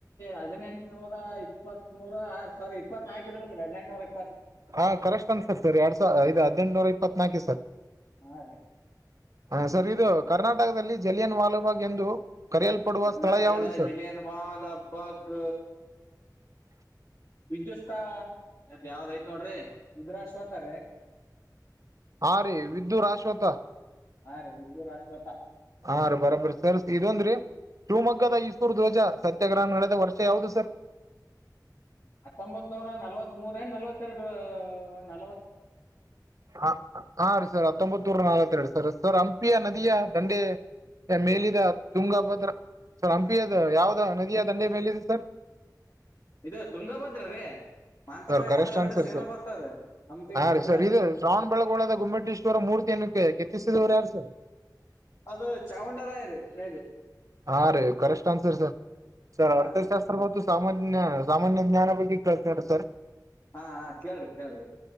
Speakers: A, on the left; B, on the right.
A: ಹದಿನೆಂಟ್ನೂರ ಇಪ್ಪತ್ೂರ ಆರ್ ಸಾರಿ ಇಪ್ಪತ್ ನಾಲ್ಕು ಇರ್ಬೇಕ್ರ ಹದಿನೆಂಟ ನನೂರ <unintelligible>
B: ಹಾ ಕರೆಸ್ಟ್ ಅಂದ ಸರ್ ಸರ್ ಎರಡ್ ಸಾವ ಐ್ ಹದಿನೆಂಟುನೂರು ಇಪ್ಪತ್ನಾಕು ಸರ್
A: ಸ ಹಾ
B: ಹ ಸರ್ ಇದು ಕರ್ನಾಟಕ ಕರ್ನಾಟಕದಲ್ಲಿ ಜಲಿಯನ್ ವಾಲಬಾಗ್ ಎಂದು ಕರೆಯಲ್ಪಡುವ
A: ಕರ್ನಾಟಕದ
B: ಸ್ಥಳ ಯಾವುದು ಸರ್
A: ಜಿಲಿಯನ್ ವಾಲ್ ಹಬ್ಬಗ್
B: <unintelligible>
A: ವಿದ್ಯುತ್ತದ ಯಾವ್ದಐ್ತ್ ನೋಡ್ರಿ ಉಂದ್ರಾ ಶೋತಾರ <unintelligible>
B: ಹಾ ರೀ ವಿದ್ದುರಾಶ್ವತ
A: ಹಾ ರೀ ವಿಧುರಾಶ್ವಥ
B: ಹಾ ರೀ ಬರಬರಿ ಸರ್ ಇದೊಂದ್ರೀ ಶಿವಮೊಗ್ಗದ ಈಸೂರು ಧ್ವಜ ಸತ್ಯಗ್ರಹ ನಡೆದ ವರ್ಷ ಯಾವವುದು ಸರ್
A: ಹತ್ತೊಂಬತ್ ನೂರ ನಲ್ವತ್ ಮೂೂರ ಏ ನಲ್ವತ್ತೆರಡು ನಲ್ವತ್
B: ಹ ಹಾ ರೀ ಸರ್ ಹತ್ತೊಂಬತ್ೂರ ನಾಲ್ತ್ತೆರಡು ಸರ್ ಸರ್ ಹಂಪಿಯಾ ನದಿಯ ದಂಡೆ ಮೇಲಿದ ತುಂಗ ಹಬ್ಬದ್ರ ಸ <unintelligible> ಅದ ಯಾವ್ದ ನದಿಯ ದಂಡೆ ಮೇಲ ಇಿದೆ ಸರ್
A: ಇದು ತುಂಗಭದ್ರ ರೀ ಮಂತ್ರಾಲಯ
B: ಸರ್ ಕರೆಸ್
A: ಅದು ಎರಡು
B: ಅನ್ ಸರ್
A: ಸೇಮೆ
B: ಸರ್
A: ಬರ್ತಾವ್ರೀ ಹಂಪಿ
B: ಹಾ
A: ಮಂತ್ರಾಲಯ
B: ರೀ ಸರ್ ಇದು ಶ್ರಾವಣಬಳಗೋಳದ ಗುಮ್ಮಟೀೇಶ್ವರ ಮೂರು <unintelligible> ಕೆತ್ತಸದವರ್ ಯಾರು ಸರ್
A: ಅದು ಚಾವುಂಡರಾಯ ರೀ ಮೇಲಿ
B: ಹಾ ರೀ ಕರೆಕ್ಟ್ ಆನ್ಸರ್ ಸರ್ ಸರ್
A: ಹಾ
B: ಅರ್
A: ರೀ
B: ಮ <unintelligible> ಸಾಮಾನ್ಯ ಸಾಮಾನ್ಯ ಜ್ಞಾನ ಬಗ್ಗೆ ಕೇಳ್ತಾರೆ ಸರ್
A: ಹಾ ಹಾ ಕೇಳ್ರಿ ಕೇಳಿ